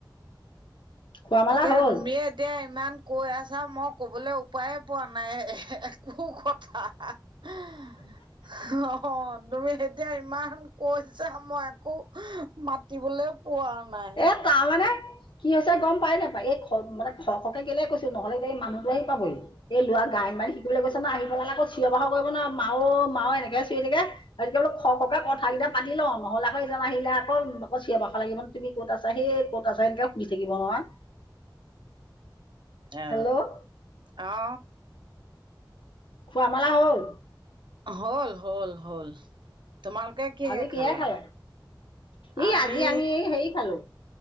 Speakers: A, on the left; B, on the right.
A: খোৱা মেলা
B: তাকে
A: হ'ল
B: তুমিয়ে এতিয়া ইমান, কৈ আছা মই ক'বলৈ উপায়ে পোৱা নাই এ একো কথা আ, <unintelligible> অহ তুমি এতিয়া ইমান কৈছা মই একো, মাতিবলে পোৱা, নাই
A: এ তাৰমানে, কি হৈছে গম পাই নাপাই এই খ মানে খ খ কে কেলে কৈছো নহ'লে এই মানুহটো আহি পাবহি। এই লৰা গাইয়ন বায়ন মান শিকিবলৈ গৈছো নহই আহি পেলাই আকৌ চিঞৰ বাখৰ কৰিব নহই মাও মাও এনেকেহে চিঞৰি থাকে। তাতকে বোলো খ খ কে কথা কেইটা পাতি লওঁ নহ'লে আকৌ সিজন আহিলে আকৌ চিঞৰ বাখৰ লাগিব ন, তুমি ক'ত আছা হে কত আছা এনেকে সুধি থাকিব নহই।
B: অ
A: হেল্ল'
B: অ
A: খোৱা মেলা হল?
B: হল হ'ল হল, তোমাৰ এতিয়া কিহে
A: আজি
B: খালা?
A: খালে ই
B: আমি
A: আজি হেৰি খালোঁ